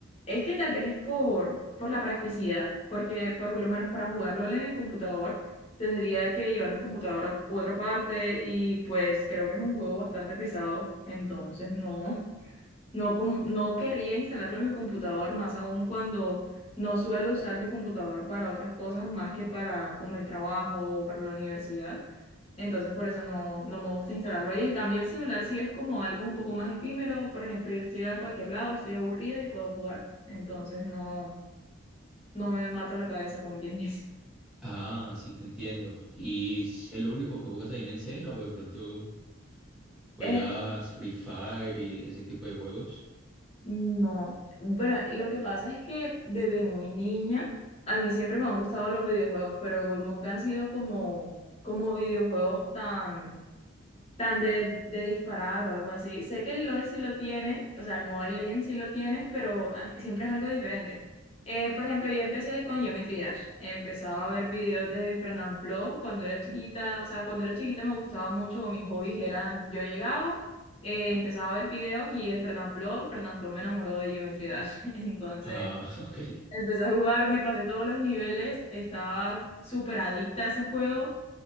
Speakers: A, on the left (about 30°); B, in the centre.
A: es que tal vez es por, por la practicidad, porque por lo menos para jugarlo en el computador tendría que llevar mi computadora a otra parte y pues creo que es un juego bastante pesado, entonces no, no, com- no querría instalarlo en mi computador, más aún cuando no suelo usar mi computador para otras cosas más que para como el trabajo o para la universidad. Entonces, por eso no, no me gusta instalarlo ahí. En cambio, el celular sí es como algo un poco más efímero. Por ejemplo, yo estoy a cualquier lado, estoy aburrida y puedo jugar. Entonces, no, no me mato la cabeza, como quien <laughs> dice.
B: Ah, sí, te entiendo. ¿Y es lo único que juegas ahí en el cel o de pronto juegas
A: Eh,
B: Free Fire y ese tipo de juegos?
A: No, bueno, lo que pasa es que desde muy niña a mí siempre me han gustado los videojuegos, pero nunca han sido como, como videojuegos tan tan de, de disparar o algo así. Sé que el LOL sí lo tiene, o sea, el Mobile Legends sí lo tienes, pero ah, siempre es algo diferente. Eh, por ejemplo, yo empecé con Geometry Dash. Empezaba a ver videos de Fernanfloo cuando era chiquita. O sea, cuando era chiquita me gustaba mucho, mis hobbies eran, yo llegaba, eh, empezaba a ver videos y en Fernanfloo, Fernanfloo me enamoró de Geometry Dash. <laughs> Entonces,
B: Ah, <laughs> ok.
A: empecé a jugar, me pasé todos los niveles, estaba súper adicta a ese juego.